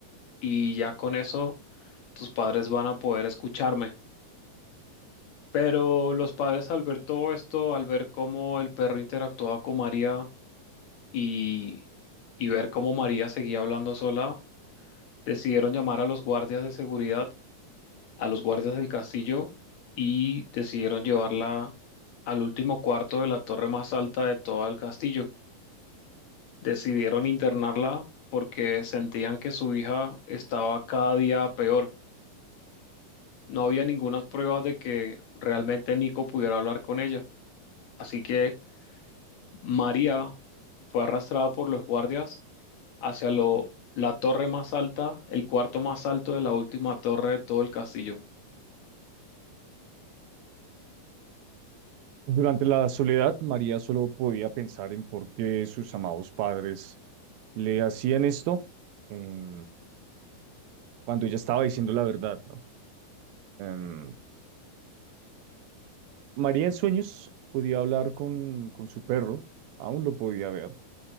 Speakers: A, on the left; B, on the right.
A: y ya con eso tus padres van a poder escucharme. Pero los padres al ver todo esto, al ver cómo el perro interactuaba con María y, y ver cómo María seguía hablando sola, decidieron llamar a los guardias de seguridad, a los guardias del castillo y decidieron llevarla al último cuarto de la torre más alta de todo el castillo. Decidieron internarla porque sentían que su hija estaba cada día peor. no había ninguna prueba de que realmente Nico pudiera hablar con ella. Así que María fue arrastrada por los guardias hacia lo- la torre más alta, el cuarto más alto de la última torre de todo el castillo.
B: Durante la soledad, María solo podía pensar en por qué sus amados padres le hacían esto em, cuando ella estaba diciendo la verdad, ¿no? Em, María en sueños podía hablar con, con su perro, aún lo podía ver.